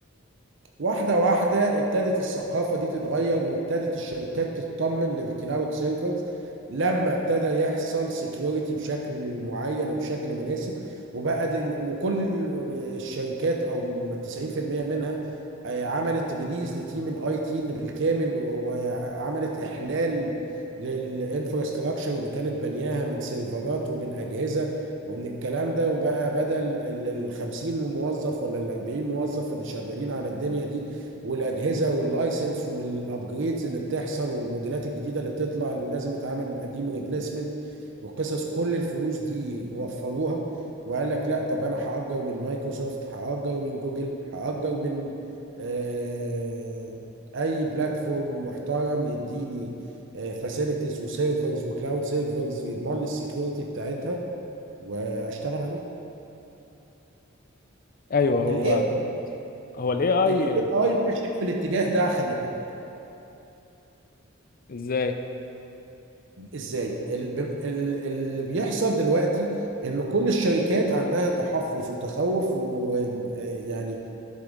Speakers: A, on the right (about 65°); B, on the left (about 45°).
A: واحدة واحدة ابتدت الثقافة دي تتغير وابتدت الشركات تطمن للكلاود سيرفرز لما ابتدى يحصل سكيورتي بشكل معين وبشكل مناسب وبقى دل وكل ال- الشركات او 90% منها آه، عملت ريليز لتيم الاي تي اللي بالكامل وعملت احلال للانفراستراكشر اللي كانت بنياها من سيرفرات ومن اجهزة ومن الكلام ده وبقى بدل ال ال 50 موظف ولا ال 40 موظف اللي شغالين على الدنيا دي والاجهزه واللايسنس والابجريدز اللي بتحصل والموديلات الجديده اللي بتطلع اللي لازم يتعمل القديم ريبليسمنت وقصص كل الفلوس دي وفروها وقال لك لا طب انا هاجر من مايكروسوفت هاجر من جوجل هاجر من آه، اي بلاتفورم محترم يديني فاسيلتيز وسيرفرز وكلاود سيرفرز يضمن لي السكيورتي بتاعتها واشتغل عليه
B: ايوه هو
A: الاي
B: هو الاي اي
A: الاي اي ماشي في الاتجاه ده خلي بالك
B: ازاي
A: ازاي ال- بم- ال- اللي بيحصل دلوقتي ان كل الشركات عندها تحفظ وتخوف ويعني